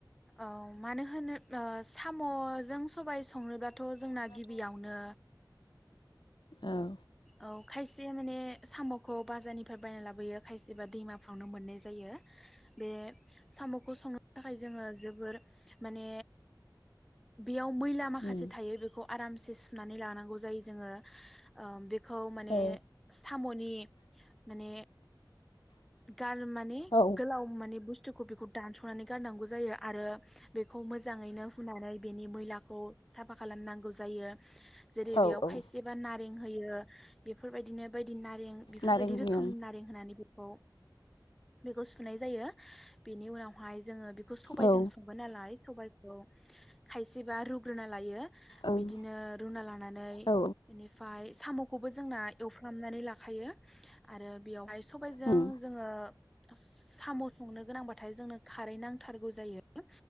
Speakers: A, in the centre; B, on the left (about 75°).
A: औ मानो होनो ओ साम'जों सबाइ संनोब्लाथ' जोंना गिबियावनो
B: ओं
A: औ खायसे माने साम'खौ बाजारनिफ्राय बायना लाबोयो खायसेबा दैमाफ्रावनो मोननाय जायो बे साम'खौ संनो थाखाय जोङो जोबोर माने बेयाव मैला माखासे
B: उम
A: थायो बेखौ आरामस दिस सुनानै लानांगौ जायो जोङो ओ बे खौ माने
B: औ
A: साम'नि माने गान माने
B: औ
A: गोलााव माने बुसथु बुस्थुखौ बेखौ दानस'नानै गारनांगौ जायो आरो बेखौ मोजाङैनो हुनानै बेनि मैलाखौ साफा खालामनांगौ जायो। जेरै
B: औ
A: बेयाव
B: औ
A: खायसेबा नारें होयो। बेफोरबायदिनो बायदि बि नारें बेफोरबायदि
B: नारें
A: रोखोमनि
B: बिं
A: नारें होनानै बे खौ बेखौ सुनाय जायो। बेनि उनावहाय जोङो बेखौ सबायजों
B: औ
A: संगोन नालाय सबायाइखौ खायसेबा रुग्रोना लायो।
B: ओं
A: बिदिनो रुना लानानै
B: औ
A: बिनिफ्राय साम'खौबो जोंना एवफ्रामनानै लाखायो आरो बेयावहाय सबायजों
B: उम
A: साम संनो गोनांबाथाय जोंनो खारै नांथखरगौ जायो